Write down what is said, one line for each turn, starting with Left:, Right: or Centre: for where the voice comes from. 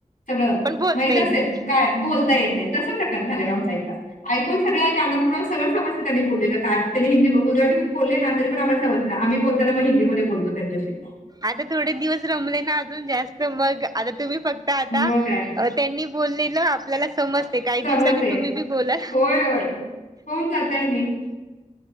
Left: सगळं
Right: पण बोलता
Left: माहित
Right: येत
Left: असतय
Right: नाही
Left: काय बोलता येत नाही तस प्रकार झाले आमचा इथ. ऐकून सगळ्या कानापुड सगळ समजत त्यांनी बोललेलं त्यांनी हिंदी गुजरातीमध्ये बोलले ना तरी पण आ्हाला समजत आम्ही बोलताना मग हिंदीमध्ये बोलतो त्यांच्याशी
Right: आता थोडे दिवस रमले ना अजून जास्त मग आता तुम्ही फक्त आता
Left: मग काय
Right: त्यांनी बोललेलं आपल्याला समजते काही दिवसांनी
Left: समजते.
Right: तुम्ही बी बोला
Left: होय, होय. होऊन जातय मी